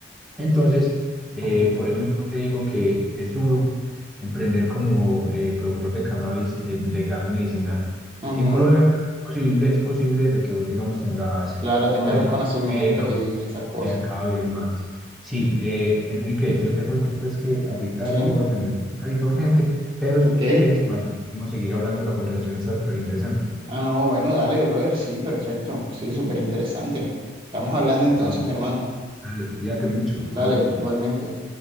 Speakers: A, in the centre; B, on the right.
A: Entonces, eh,
B: Ujú,
A: por eso mismo te digo que es duro emprender como eh, productor de cannabis eh, legal, medicinal,
B: ujú.
A: aquí en Colombia, pero es posible, es posible de que vos, digamos, tengas
B: Claro, tengas
A: conexión
B: los conocimientos
A: con
B: y esas cosas.
A: mercado y demás. Sí, eh, Enrique, yo te cuento pues que ahorita
B: Sí.
A: debo atender una cita urgente, pero
B: Ok.
A: si querés, mañana podemos seguir hablando, la conversación está súper interesante.
B: Ah, no, bueno, dale, brother. Sí, perfecto. Sí, súper interesante. Estamos hablando entonces,
A: Bueno,
B: mi hermano.
A: dale, cuídate mucho, hasta
B: Dale,
A: luego.
B: igualmente.